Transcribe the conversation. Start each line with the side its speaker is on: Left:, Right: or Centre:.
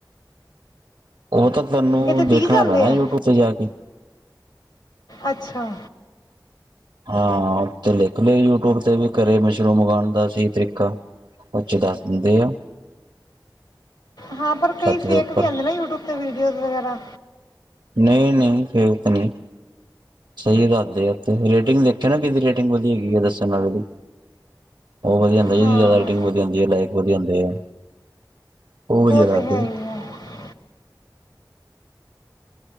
Right: ਓਹ ਤਾਂ ਤੈਨੂੰ
Left: ਇਹਦੇ
Right: ਦੇਖਣਾ
Left: ਬੀਜ ਆਉਂਦੇ
Right: ਪੈਣਾ
Left: ਆ
Right: ਯੂਟਿਊਬ ਤੇ ਜਾ ਕੇ।
Left: ਅੱਛਾ।
Right: ਹਾਂ, ਉੱਤੇ ਲਿਖ ਲਈ ਔ। ਉੱਥੇ ਤੇ ਵੀ ਘਰੇ ਮਸ਼ਰੂਮ ਮੰਗਾਉਣ ਦਾ ਸਹੀ ਤਰੀਕਾ। ਉਹਦੇ ਵਿਚ ਦੱਸ ਦਿੰਦੇ ਆ।
Left: ਹਾਂ, ਪਰ ਕਈ
Right: ਛੱਤ ਦੇ
Left: ਫੇਕ
Right: ਉੱਪਰ
Left: ਵੀ ਆਂਦੇ। ਤੇ ਵੀਡੀਓਜ਼ ਵਗੈਰਾ।
Right: ਨਹੀਂ -ਨਹੀਂ ਫੇਕ ਨਹੀਂ, ਸਹੀ ਦਹਦੇ ਆ। ਤੇ ਰੇਟਿੰਗ ਦੇਖਿਆ ਨਾ ਕਿਹਦੀ ਰੇਟਿੰਗ ਵਧੀ ਹੈਗੀ ਆ ਦੱਸਣ ਨਾਲ। ਉਹ ਵਧਿਆ ਹੁੰਦਾ, ਜਿਦੀ
Left: ਹਾਂ
Right: ਰਟਿੰਗ ਵਧਿਆ ਹੁੰਦੀ ਹੈ, ਲਾਇਕ ਵਧਿਆ ਹੁੰਦੀ ਹੈ। ਉਹ ਵਾਧਿਆ ਲੱਗਦੇ
Left: ਤੇ ਹੈ
Right: ਜੀ।
Left: ਹੀ ਹੈ